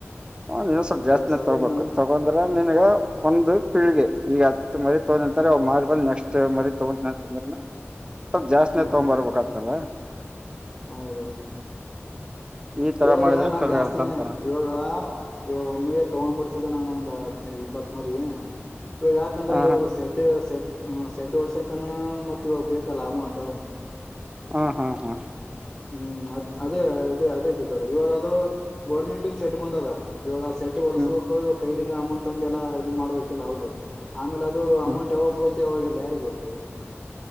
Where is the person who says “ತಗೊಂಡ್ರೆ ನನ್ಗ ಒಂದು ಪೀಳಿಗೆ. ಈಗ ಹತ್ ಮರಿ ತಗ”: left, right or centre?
Right